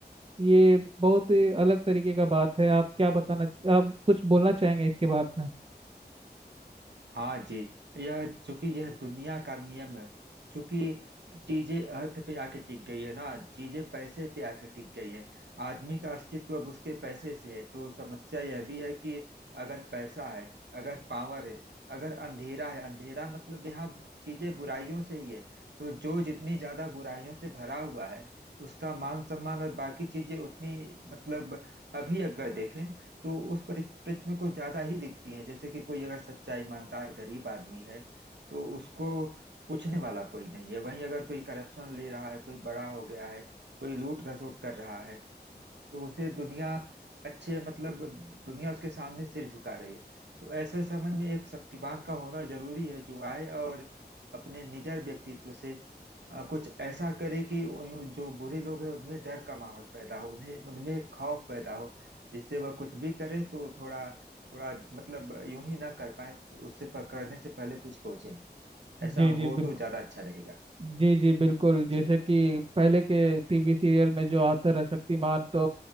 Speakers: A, on the right; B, on the right.
A: ये बहुत ही अलग तरीके का बात है आप क्या बताना आप कुछ बोलना चाहेंगे इसके बाद में
B: हाँ जी यह चूंकि यह दुनिया का नियम है चूंकि चीजें अर्थ पे आके टिक गई है ना चीजें पैसे पे आके टिक गई है आदमी का अस्तित्व अब उसके पैसे से है तो समस्या यह भी है कि अगर पैसा है अगर पावर है अगर अंधेरा है अंधेरा मतलब यहाँ चीजें बुराइयों से ही है तो जो जितनी ज्यादा बुराइयों से भरा हुआ है उसका मान सम्मान और बाकी चीजें उतनी मतलब अभी अगर देखें तो उस परिप्रेक्ष्य में कुछ ज्यादा ही दिखती है जैसे कि कोई अगर सच्चा ईमानदार गरीब आदमी है तो उसको पूछने वाला कोई नहीं है वहीं अगर कोई करप्शन ले रहा है कोई बड़ा हो गया है कोई लूट घसोट कर रहा है तो उसे दुनिया अच्छे मतलब दुनिया उसके सामने सिर झुका रही है तो ऐसे समय में एक शक्तिमान का होना जरूरी है जो आए और अपने निडर व्यक्तित्व से अ, कुछ ऐसा करे कि उन जो बुरे लोग हैं उनमें डर का माहौल पैदा हो उन्हें उनमें खौफ पैदा हो जिससे वह कुछ भी करे तो थोड़ा थोड़ा मतलब यूं ही ना कर पाए उससे प- करने से पहले कुछ सोचे ऐसा
A: जी जी
B: हो
A: बिल्कुल
B: तो ज्यादा अच्छा रहेगा
A: जी जी बिल्कुल जैसे
B: जी
A: कि पहले के टीवी सीरियल में जो आता रहा शक्तिमान तो